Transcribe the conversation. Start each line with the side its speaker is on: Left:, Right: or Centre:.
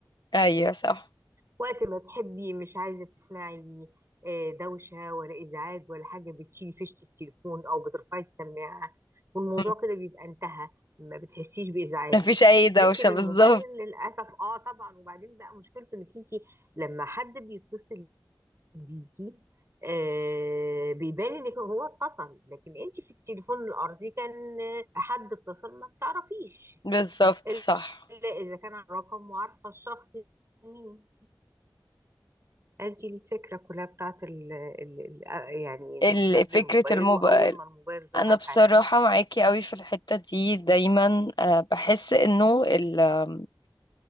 Left: ايوه صح
Right: وقت ما تحبي مش عايزه تسمعي آه، دوشه ولا ازعاج ولا حاجه بتشيلي فيشه التليفون او بترفعي السماعه والموضوع
Left: مم.
Right: كده بيبقى انتهى ما بتحسيش بازعاج
Left: مفيش اي دوشة
Right: لكن
Left: بالظبط
Right: الموبايل للاسف اه طبعا وبعدين بقى مشكلته انك انت لما حد بيتصل ديكي آه بيبان ان هو اتصل لكن انت في التليفون الارضي كان آه، حد اتصل ما بتعرفيش
Left: بالظبط
Right: الا
Left: صح
Right: اذا كان على الرقم وعارفه الشخص مين ادي الفكره كلها بتاعت ال ال ال يعني الم-
Left: ال-
Right: قبل
Left: فكرة
Right: الموبايل
Left: الموبايل
Right: واول ما الموبايل ظهر
Left: انا
Right: في
Left: بصراحة
Right: حياتي
Left: معاكي قوي في الحتة دي دايما آه، بحس انه ال آم،